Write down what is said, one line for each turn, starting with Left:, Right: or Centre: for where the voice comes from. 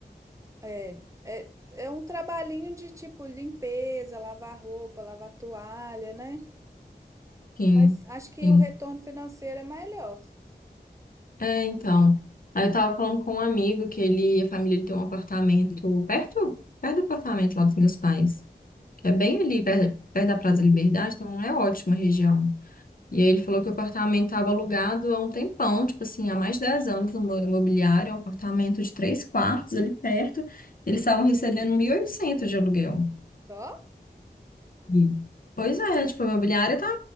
Right: É, é, é um trabalhinho de tipo limpeza, lavar roupa, lavar toalha, né?
Left: sim
Right: Mas acho que
Left: sim
Right: o retorno financeiro é melhor.
Left: É, então. Aí eu tava falando com um amigo que ele, a família dele tem um apartamento perto, perto do apartamento lá dos meus pais, que é bem ali, perto, perto da Praça da Liberdade, então é ótima a região. E aí ele falou que o apartamento estava alugado há um tempão, tipo assim, há mais de 10 anos no mo- imobiliário, é um apartamento de três quartos ali perto. Eles estavam recebendo 1.800 de aluguel.
Right: Só?
Left: E, pois é, tipo, a imobiliária estava